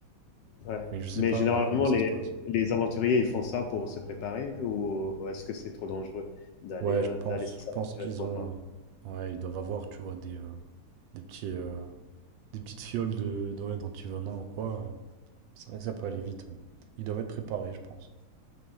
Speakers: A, on the left; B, on the right.
A: ouais.
B: mais je sais
A: Mais
B: pas
A: généralement,
B: ouais, comment ça
A: les
B: se passe.
A: les aventuriers, ils font ça pour se préparer ou ou est-ce que c'est trop dangereux d'aller,
B: Ouais,
A: heu,
B: je pense,
A: d'aller s'aventurer
B: je pense qu'ils
A: trop
B: ont.
A: loin?
B: euh, ouais, ils doivent avoir, tu vois, des, euh, des petits, euh, des petites fioles de, de, ouais, d'antivenins ou quoi. euh. C'est vrai que ça peut aller vite. ouais. Ils doivent être préparés, je pense.